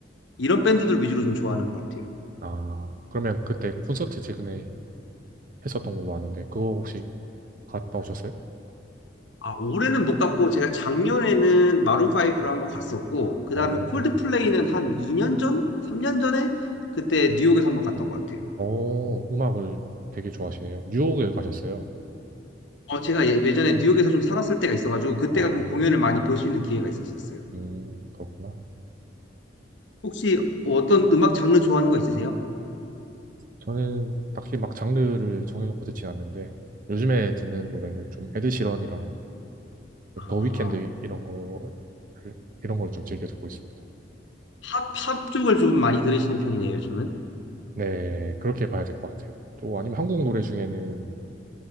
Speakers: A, on the left (about 80°); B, on the right (about 45°).
A: 이런 밴드들 위주로 좀 좋아하는 것 같아요.
B: 아 그러면 그때 콘서트 최근에 했었던 걸로 아는데 그거 혹시 갔다 오셨어요?
A: 아, 올해는 못 갔고 제가 작년에는 마룬 5를 한번 갔었고 그다음에
B: 어.
A: 콜드플레이는 한 2년 전, 3년 전에 그때 뉴욕에서 한번 갔던 것 같아요.
B: 어, 음악을 되게 좋아하시네요. 뉴욕에 가셨어요.
A: 어, 제가 예- 예전에 뉴욕에서 좀 살았을 때가 있어가지고 그때가
B: 아,
A: 좀 공연을 많이 볼 수 있는 기회가 있었었어요.
B: 음, 그렇구나.
A: 혹시 뭐 어떤 음악 장르 좋아하는 거 있으세요?
B: 저는 딱히 막 장르를 정해놓고 듣진 않는데, 요즘에 듣는 노래는 좀 에드 시런이랑
A: 아,
B: 더 위켄드 이런 거, 이런 걸 좀 즐겨 듣고 있습니다.
A: 팝, 팝 쪽을 좀 많이 들으시는 편이네요, 요즘은.
B: 네, 그렇게 봐야 될 것 같아요. 또 아니면 한국 노래 중에는